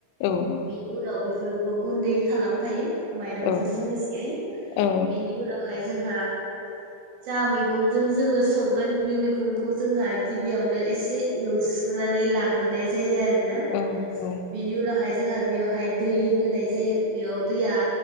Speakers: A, on the left; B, on the right.
A: औ औ
B: <unintelligible> बेसोरखौबो गुन्दै खालामफायो माइरंजों
A: औ
B: लोगोसेयै
A: औ
B: बिनि उनाव -हाय जोंहा जा मैगंजों जोङो संगोन बे मैगंखौ जोंहा गिबियावनो एसे एवस्रोनानै लाग्रोनाय जायो आरोना
A: औ उम उम
B: बिनि उनावहाय जोंहा बेवहाय दै होनाय जायो बेयाव दैया